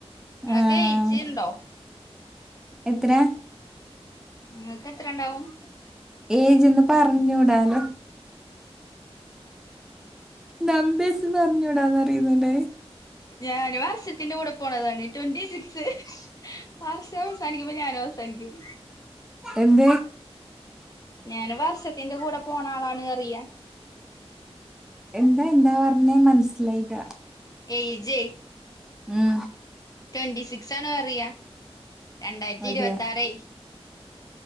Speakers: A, on the left; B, in the centre.
A: നിങ്ങക്ക്
B: ആഹ്
A: ഏയ്ജിണ്ടോ
B: എത്ര
A: നിങ്ങക്ക് എത്രണ്ടാവും
B: ഏജ്ന്ന് പറഞ്ഞൂടാലോ നമ്പേസ് പറഞ്ഞൂടാന്ന്റിയുന്നല്ലേ
A: ഞാന് വർഷത്തിന്റെ കൂടെ പോണതാണ് ട്വന്റി സിക്സ് വർഷ അവസാനിക്കുമ്പോ ഞാനും അവസാനിക്കും
B: എന്ത്
A: ഞാന് വർഷത്തിന്റെ കൂടെ പോണ ആളാണ് കറിയ
B: എന്താ എന്താ പറഞ്ഞേ മനസ്സിലായിട്ടാ
A: ഏജെ
B: ഉം
A: ട്വന്റി സിക്സ് ആണ് അറിയ രണ്ടായിരത്തി
B: അതെയ
A: ഇരുപത്തി ആറേ